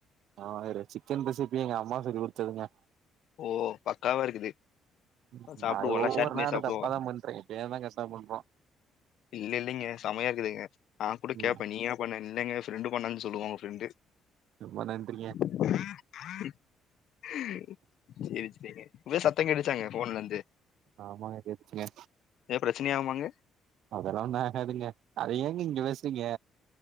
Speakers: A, on the right (about 65°); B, on the left (about 60°).
A: ஆ வேற சிக்கன் ரெசிபி எங்க அம்மா சொல்லி குடுத்ததுங்க
B: ஓ பக்காவா இருக்குது
A: ம்
B: சாப்பிடுவோம்ல,
A: நா ஒவ்வொரு
B: ஷேர் பண்ணி
A: நேரோ
B: சாப்பிடுவோம்.
A: தப்பாதா பண்றே எப்பயா தா கர்ட்டா பண்றோ
B: இல்ல இல்லிங்க செமையாக்குதுங்க நா கூட கேப்பே
A: ம்
B: நீயா பண்ணன் இல்லங்க ஃப்ரெண்டு பண்ணான் சொல்லுவா உங்க ஃப்ரெண்டு
A: ரொம்ப நன்றிங்க
B: <inaudible> ம் சேரி சேரி எது சத்தோ கேட்டுச்சாங்க ஃபோன்லந்து
A: ஆமாங்க கேட்டுச்சுங்க
B: எது ப்ரச்சனயாகுமாங்க
A: அதலா ஒன்னு ஆகாதுங்க அத ஏங்க இங்க யோசிங்க